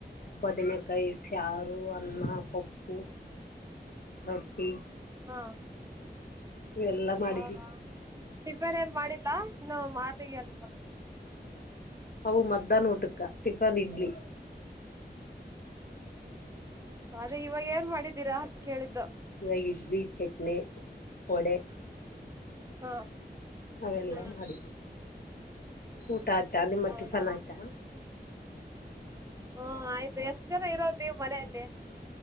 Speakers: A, on the left (about 55°); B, on the right (about 20°).
A: ಬದನೆಕಾಯಿ ಸಾರು ಅನ್ನ ಪಪ್ಪು ರತ್ತಿ
B: ಹಾ
A: ಇವೆಲ್ಲಾ ಮಾಡಿದೀವಿ
B: ಹೌದಾ ಟಿಫನ್ ಏನ್ ಮಾಡಿಲ್ಲಾ ಇನ್ನು ಮಾರ್ನಿಂಗ್ ಅಲ್ಲಿ ಇವಾಗ
A: ಅವು ಮದ್ದನ್ ಊಟಕ್ಕ ಟಿಫನ್ ಇಡ್ಲಿ
B: ಅದೇ ಇವಾಗ ಏನ್ ಮಾಡಿದ್ದೀರಾ ಅಂತ ಕೇಳಿ
A: ಇವಾಗ ಇಡ್ಲಿ ಚಟ್ನಿ ವಡೆ.
B: ಹಾ.
A: ಅವೆಲ್ಲ
B: ಹ್ಮ್
A: ಮಾಡಿದ್ವಿ ಊಟ ಆದ ನಿಮ್ಮ
B: ಹೌದಾ
A: ಟಿಫನ್ ಆಯ್ತಾ!
B: ಹ್ಮ ಆಯ್ತು ಎಷ್ಟು ಜನ ಇರೋ ನೀ ಮನೆಯಲ್ಲಿ